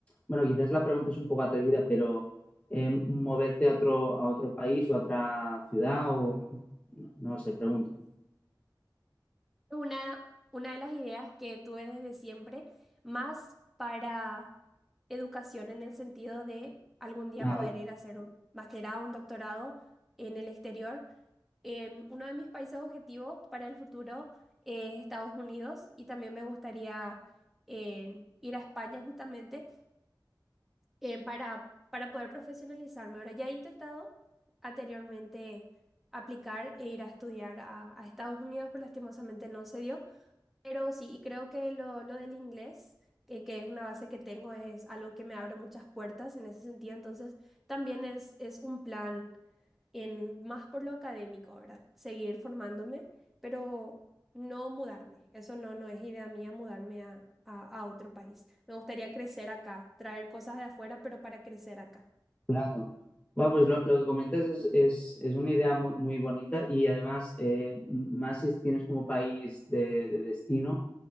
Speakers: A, on the left; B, in the centre.
A: bueno, quizás la pregunta es un poco atrevida, pero eh, moverte a otro, a otro país o a otra ciudad o no, no sé, pregunto.
B: Una, una de las ideas que tuve desde siempre, más para educación en el sentido de algún día
A: Ah,
B: poder
A: vale.
B: ir a hacer un masterado, un doctorado en el exterior Em, uno de mis países objetivos para el futuro es Estados Unidos y también me gustaría em, ir a España justamente em, para, para poder profesionalizarme. Ahora ya he intentado anteriormente aplicar e ir a estudiar a, a Estados Unidos, pero lastimosamente no se dio. Pero sí, y creo que lo, lo del inglés, eh, que es una base que tengo, es algo que me abre muchas puertas en ese sentido. Entonces, también es, es un plan en más por lo académico, ¿verdad? Seguir formándome, pero no mudarme. Eso no, no es idea mía mudarme a, a, a otro país. Me gustaría crecer acá, traer cosas de afuera, pero para crecer acá.
A: Claro. Bueno, pues lo, lo que comentas es, es, es una idea muy, muy bonita y además, eh, más si tienes como país de, de destino,